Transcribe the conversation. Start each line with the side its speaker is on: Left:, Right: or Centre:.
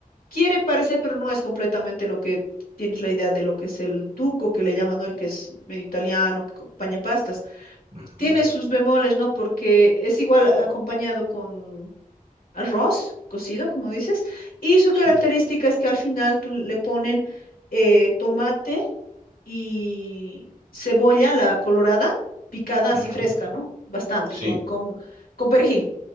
Left: quiere parecer, pero no es completamente lo que tienes la idea de lo que es el tuco, que le llaman, ¿no? El que es medio italiano, que acompaña pastas
Right: ujú,
Left: tiene sus bemoles, ¿no? Porque es igual ah, acompañado con arroz cocido, como dices, y su
Right: sí,
Left: característica es que al final tú le ponen eh, tomate y cebolla, la colorada, picada así
Right: ujú,
Left: fresca, ¿no? Bastante,
Right: sí,
Left: con, con, con perejil.